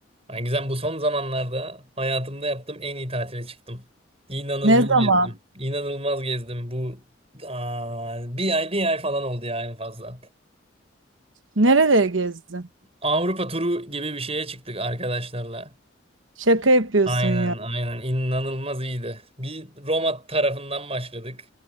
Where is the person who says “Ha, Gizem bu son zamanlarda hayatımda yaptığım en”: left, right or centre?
Right